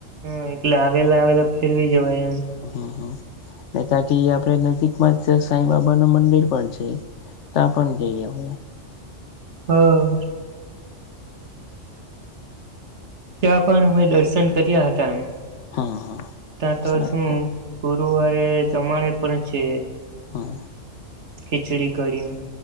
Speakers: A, on the right (about 60°); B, on the left (about 70°).
A: હમ, એટલે આવેલા આવેલા ફેરવી જવાય એમ.
B: હમ, હ, અને ત્યાંથી આપડે નજીકમાં જ સાંઈ બાબા નું મંદિર પણ છે. ત પણ જઈ હ.
A: હમ. ત્યાં પણ અમે દર્શન કર્યા હતા. એમ
B: હા હા
A: ત્યાં તો
B: સારું
A: શું
B: છે
A: ગુરુવારે જમાડે પણ છે.
B: હા.
A: ખિચડી કડીને